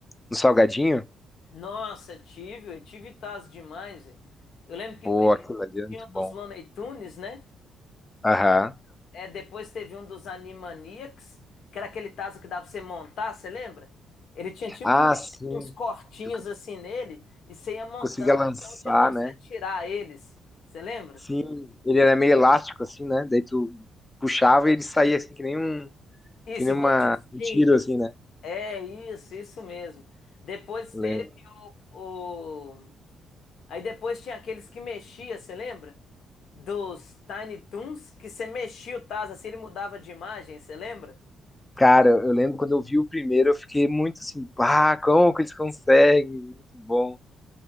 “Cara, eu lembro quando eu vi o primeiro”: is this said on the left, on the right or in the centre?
Left